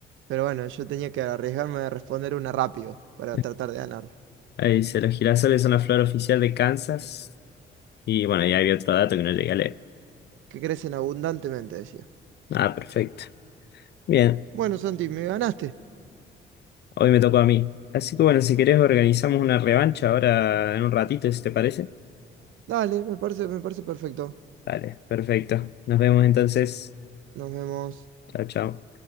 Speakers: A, on the right; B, on the left.
A: Pero bueno, yo tenía que arriesgarme a responder una rápido para
B: <laughs>
A: tratar de ganar.
B: Ahí dice, los girasoles son la flor oficial de Kansas. Y bueno, ya había otro dato que no llegué a leer.
A: Que crecen abundantemente, decía.
B: Ah, perfecto. Bien,
A: Bueno, Santi, me ganaste.
B: hoy me tocó a mí. Así que bueno, si querés organizamos una revancha ahora en un ratito, si te parece.
A: Dale, me parece, me parece perfecto.
B: Dale, perfecto. Nos vemos entonces.
A: Nos vemos.
B: Chao, chao.